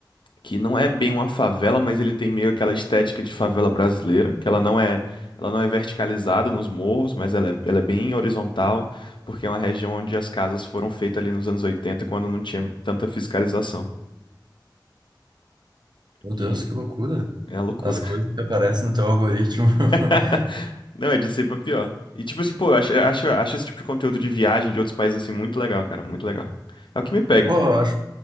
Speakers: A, on the left; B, on the right.
A: que não é bem uma favela, mas ele tem meio aquela estética de favela brasileira, que ela não é, ela não é verticalizada nos morros, mas ela é, ela é bem horizontal, porque é uma região onde as casas foram feitas ali nos anos 80, quando não tinha tanta fiscalização.
B: Meu
A: E
B: Deus, que loucura.
A: é a loucura.
B: As coisas que aparecem no teu algoritmo. <laughs>
A: <laughs> Não, é de ser pra pior. E tipo assim, pô, eu acho, eu acho, eu acho esse tipo de conteúdo de viagem de outros países assim muito legal, cara, muito legal. É o que me pega.
B: Pô, eu acho,